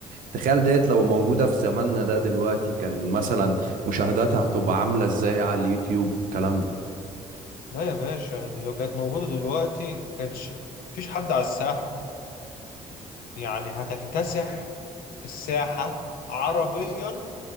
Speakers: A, on the right; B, on the left.
A: تخيل ديت لو موجودة في زماننا ده دلوقتي كان مثلا مشاهداتها هتبقى عاملة ازاي على اليوتيوب والكلام ده
B: لا يا باشا دي لو كانت موجودة دلوقتي كانتش مفيش حد على الساحة يعني هتكتسح الساحة عربيا